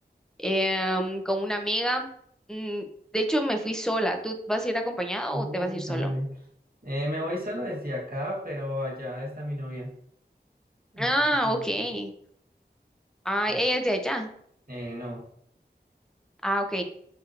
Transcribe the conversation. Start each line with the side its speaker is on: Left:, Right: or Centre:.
Centre: em, con una amiga. Mm, De hecho, me fui sola. ¿Tú vas a ir acompañado
Right: Uh,
Centre: o te vas a
Right: dale.
Centre: ir solo?
Right: Eh, me voy solo desde acá, pero allá está mi novia. Entonces,
Centre: Ah, ok.
Right: sí,
Centre: Ah,
Right: dale.
Centre: ella es de allá.
Right: Eh, no.
Centre: Ah, ok.